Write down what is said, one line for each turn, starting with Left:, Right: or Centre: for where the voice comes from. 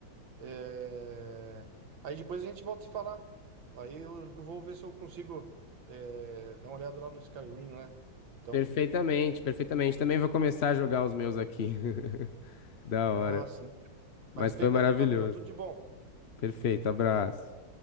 Right: é, Aí depois a gente volta a se falar. Aí eu, eu vou ver se eu consigo é, dar uma olhada lá no Skyrim, né? Então.
Left: Perfeitamente, perfeitamente. Também vou começar a jogar os meus aqui. <laughs> Da hora.
Right: Ah, sim.
Left: Mas
Right: Mas beleza
Left: foi maravilhoso.
Right: então, amigão. Tudo de bom.
Left: Perfeito, abraço.